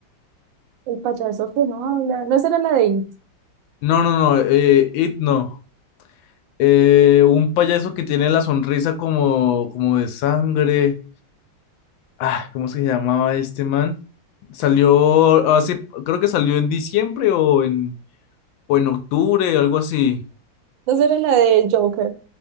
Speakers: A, on the right; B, on the left.
A: El payaso que no habla. ¿No será la de It?
B: No, no, no, eh, It no. Eh, un payaso que tiene la sonrisa como, como de sangre. Ah, ¿cómo se llamaba este man? Salió hace, creo que salió en diciembre o en, o en octubre, algo así.
A: ¿No será la del Joker?